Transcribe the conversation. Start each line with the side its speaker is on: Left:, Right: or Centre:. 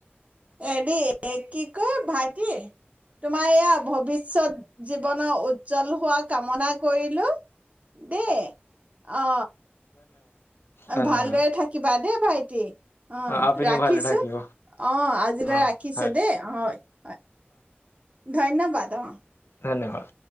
Right: এ দ কি কয় ভাইটি তোমাৰ ইয়া ভৱিষ্যত জীৱনৰ উজ্জ্বল হোৱা কামনা কৰিলো দেই। অ
Left: ধন্যবাদ
Right: ভালদৰে থাকিবা দেই ভাইটি অ
Left: আপুনিও
Right: ৰাখিছো
Left: ভালে থাকিব
Right: অ আজিলৈ
Left: অ',
Right: ৰাখিছো
Left: হয়
Right: দেই হয় হয় ধন্যবাদ অ
Left: ধন্যবাদ